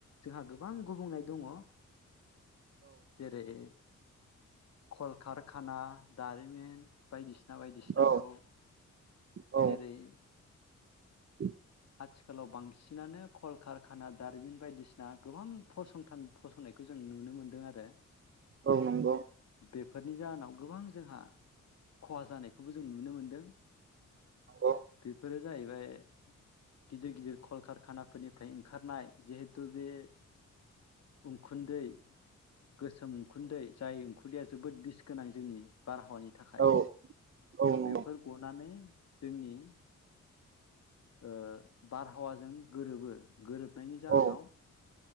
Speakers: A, on the left; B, on the right.
A: जोंहा गोबां गुबुंनाय दंङ। जेरै- कलकारखाना दारिमिन बायदिसि ना बायदि सिनाफ्राव
B: औ औ
A: जेरै-
B: <inaudible>
A: आथिखालाव बांसिनानो कलकारखाना दारिमिन बायदिसिना गोबां फसंथान फसंनायखौ जों नुनो मोनदों आरो।
B: औ नंगौ।
A: बेफोरनि जाहोनाव गोबां जोंहा खहा जानायखौबो जों नुनो मोनदों।
B: औ
A: बेफोर जाहैबाय गिदिर गिदिर कलकारखाना फोरनिफ्राय ओंखारनाय जिहेथु बे उखुन्दै गोसोम उखुन्दै जाय उंखुन्दैया जोबोद बिस गोनां जोंनि बारहावानि थाखाय
B: औ नंगौ
A: बेफोर गनानै जोंनि ओ बारहावाजों गोरोबो गोरोब नायनि जाहोनाव
B: औ